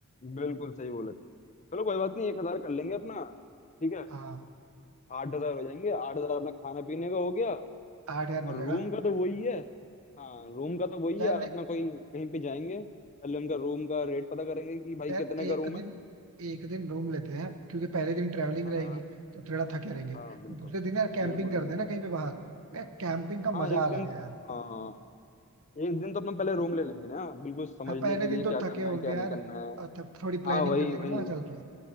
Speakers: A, on the left (about 30°); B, on the right (about 70°).
A: बिल्कुल सही बोले चलो कोई बात नहीं एक हजार कर लेंगे अपना ठीक है
B: हाँ
A: आठ हजार हो जाएंगे आठ हजार अपना खाने पीने का हो गया
B: आठ हजार में
A: और
B: हो जाएगा
A: रूम का तो वही है हाँ रूम का तो वही
B: यार
A: है
B: ले,
A: अपना कोई कहीं पे जाएंगे पहले उनका रूम का रेट पता करेंगे कि भाई
B: यार
A: कितने
B: एक
A: का रूम
B: दिन
A: है
B: एक दिन रूम लेते हैं क्योंकि पहले दिन ट्रेवलिंग
A: हाँ
B: रहेगी
A: हाँ
B: तो थोड़ा थके रहेंगे
A: हाँ बिल्कुल
B: दूसरे दिन यार कैंपिंग
A: बिल्कुल
B: करते
A: बिल्कुल
B: हैं ना कहीं पे बाहर यार कैंपिंग का
A: हाँ
B: मजा
A: एक
B: अलग
A: दिन
B: है यार
A: हाँ एक दिन तो अपना पहले रूम ले लेंगे ना बिल्कुल समझने
B: हाँ पहले
A: के लिए
B: दिन तो
A: क्या करना
B: थके होंगे
A: है क्या
B: यार
A: नहीं करना है
B: और तब थोड़ी
A: हाँ
B: प्लानिंग
A: वही
B: कर लेंगे
A: वही
B: ना वहाँ चल के